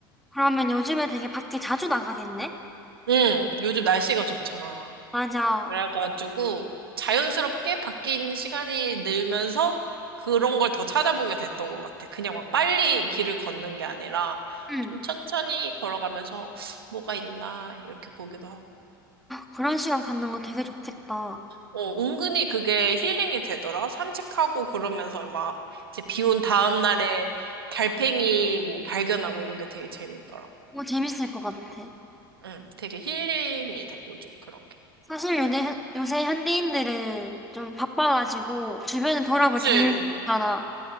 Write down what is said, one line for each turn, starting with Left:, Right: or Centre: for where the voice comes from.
Centre: 그러면 요즘에 되게 밖에 자주 나가겠네?
Right: 응, 요즘 날씨가 좋잖아.
Centre: 맞아.
Right: 그래가지고 자연스럽게 밖에 있는 시간이 늘면서 그런 걸 더 찾아보게 됐던 것 같아. 그냥 막 빨리 길을 걷는 게 아니라
Centre: 응.
Right: 좀 천천히 걸어가면서 뭐가 있나 이렇게 보기도 하고.
Centre: 그런 시간 갖는 거 되게 좋겠다.
Right: 어, 은근히 그게 힐링이 되더라. 산책하고 그러면서 막 이제 비온 다음 날에 달팽이 뭐 발견하고 이런 게 되게 재밌더라.
Centre: 뭐 재밌을 것 같아.
Right: 응, 되게 힐링이 돼, 요즘 그런 게.
Centre: 사실 요새, 현- 요새 현대인들은 좀 바빠가지고 주변을 돌아볼
Right: 그치.
Centre: 경향가없잖아